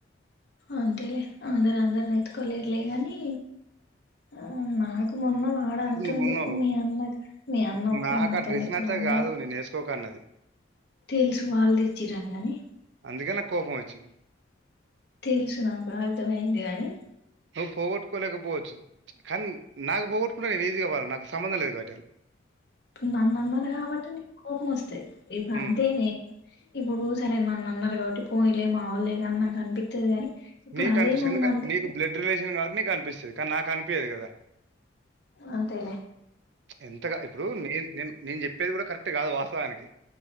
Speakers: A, on the left (about 55°); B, on the right (about 60°).
A: అంతేలే అందరు అందరిని ఎత్కోలే లేగాని ఆ నాకు మొన్న వాడు అంటుండు
B: ఇప్పుడు నువ్వు ఉన్నావు
A: మీ అన్న మీ అన్న
B: ఇప్పుడు
A: ఒకసారి
B: నాకు
A: నాతో
B: ఆ డ్రెస్
A: ఇట్లా
B: నచ్చక
A: అన్నాడు
B: కాదు నేను వేసుకోక అన్నది
A: తెలుసు వాళ్ళు తెచ్చిరాని గాని
B: అందుకే నాకు కోపం వచ్చింది.
A: తెలుసు నాకు అర్థమయింది గానీ
B: నువ్ ఫోగట్ కోలేకపోవచ్చు. కానీ నాకు పోవ్ కూన్న ఈజీగా వాళ్ళన్ నాకు సంబందం లేదు. కాబ్బటి
A: నాన్నన్నది కాబట్టి నీ కోపం వస్తాయి. ఇప్పుడు
B: ఉమ్.
A: అంతేనే ఇప్పుడు సరే నాన్నన్నర్ కాబట్టి పోనీలే మావాలెగా అని నాకు అనిపితది గాని ఇప్పుడు
B: నీకు
A: అదే
B: అనిపిస్తది.
A: నన్ను
B: ఎందుకని
A: అంటే
B: నీ బ్లడ్ రిలేషన్ కాబట్టి నీ అనిపిస్తది. కానీ నాక్ కనిపియదు కదా
A: అంతేలే
B: ఎంతగా ఇప్పుడు నేను నేను నేను చెప్పేది కూడా కరెక్ట్ కాదు వాస్తవానికి